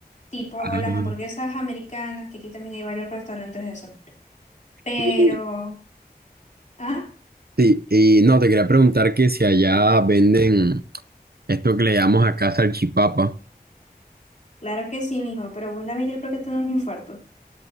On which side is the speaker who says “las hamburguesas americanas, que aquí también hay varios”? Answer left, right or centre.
Left